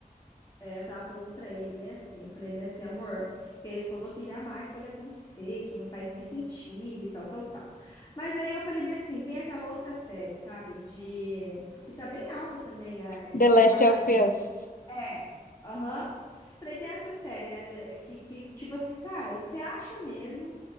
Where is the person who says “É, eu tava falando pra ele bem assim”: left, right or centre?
Left